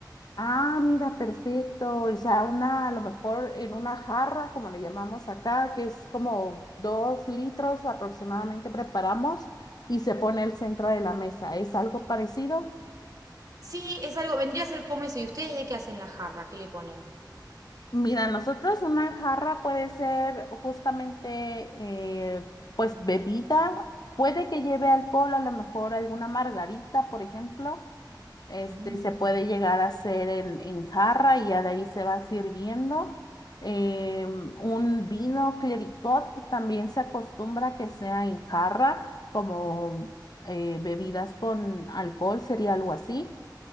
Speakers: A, on the left; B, on the right.
A: Ah, mira, perfecto. O sea, una, a lo mejor en una jarra, como le llamamos acá, que es como dos litros aproximadamente preparamos y se pone el centro de la mesa. ¿Es algo parecido?
B: Sí, es algo, vendría a ser como eso. ¿Y ustedes de qué hacen la jarra? ¿Qué le ponen?
A: Mira, nosotros una jarra puede ser justamente, eh, pues, bebida, puede que lleve alcohol, a lo mejor alguna margarita, por ejemplo, este,
B: Mm.
A: se puede llegar a hacer en, en jarra y ya de ahí se va sirviendo. Eh, un vino clericot también se acostumbra que sea en jarra, como eh, bebidas con alcohol, sería algo así